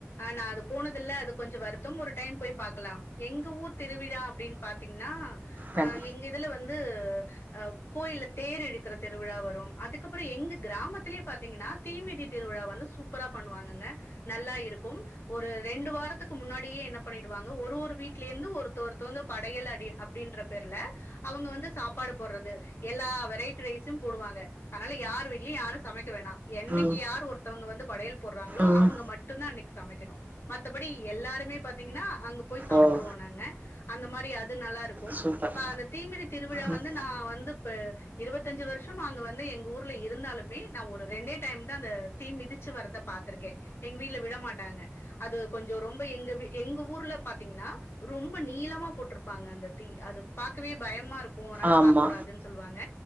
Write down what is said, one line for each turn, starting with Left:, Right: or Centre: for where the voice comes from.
Left: நா அது போனதில அது கொஞ்ச வருத்தம் ஒரு டைம் போய் பாக்கலா எங்க ஊர் திருவிழா அப்டின்னு பாத்தீங்கன்னா
Right: ம்
Left: அ எங்க இதுல வந்து உ கோயில தேர் எழுக்கிற தே திருவிழா வரு அதுக்கப்புறோ எங்க கராமத்திலே பாத்திங்கன்னா தீ மிதி திருவிழா வந்து சூப்பரா பண்ணுவாங்கங்க நல்லா இருக்கும் ஒரு ரெண்டு வாரத்துக்கு முன்னாடியே என்ன பண்ணிடுவாங்க ஒரு ஒரு வீட்டில இருந்து ஒருத்தஒருத்தவங்க படையல் அ அப்டின்ற பேர்ல அவங்க வந்து சாப் சாப்பாடு போடுறது எல்லா வெரைட்டி ரைஸ்ம் போடுவாங்க அதனால யார் வீட்லயு யாரு சமைக்க வேணா என்னைக்கு
Right: ம்
Left: யார் ஒருத்தவங்க வந்து படையல் போடுறாங்களோ
Right: ம்
Left: அவங்க மட்டுந்தா இன்னைக்கு சமைக்கணு மத்தபடி எல்லாருமே பாத்தீங்கன்னா அங்க போய் சாப்ட்ருவோ
Right: ஓ
Left: நாங்க அந்த மாதிரி அது நல்லா இரு க்கும்
Right: சூப்பர்
Left: பானத் தீமிரி திருவிழாவா
Right: ம்.
Left: வந்து நா வந்து இப்ப இருபத்தஞ்சு வருஷம்ங்க வந்து எங்க ஊர்ல இருந்தாலுமே நா ஒரு ரெண்டே டைம் தா அந்த தீ மிதிச்சு வர்றத பாத்திருக்கே எங்க வீட்டுல விட மாட்டாங்க அது கொஞ்ச ரொம்ப எங்க எங்க ஊர்ல பாத்தீங்கன்னா ரொம்ப நீளமா போட்ருப்பாங்க அந்த தீ அது பாக்கவே பயமா இருக் ஓ னால
Right: ஆமா
Left: பாக்க கூடாதுன்னு சொல்லுவாங்க